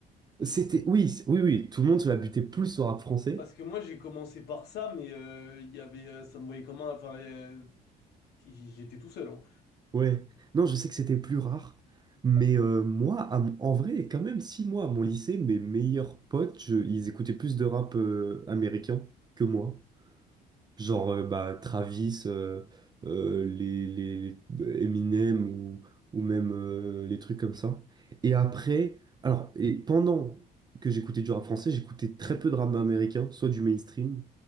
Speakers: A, on the right; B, on the left.
A: C'était, oui, c- oui, oui, tout le monde se la butait plus au rap français.
B: Parce que moi j'ai commencé par ça, mais euh, il y avait, euh, ça me voyait comme un, enfin, euh, j- j'étais tout seul. hein.
A: Ouais. Non, je sais que c'était plus rare. Mais euh, moi, à mon- en vrai, quand même, si moi, à mon lycée, mes meilleurs potes, je- ils écoutaient plus de rap euh, américain que moi. Genre euh, bah, Travis, euh, euh, les, les, les Eminem ou, ou même euh, les trucs comme ça. Et après, alors, et pendant que j'écoutais du rap français, j'écoutais très peu de rap américain, soit du mainstream,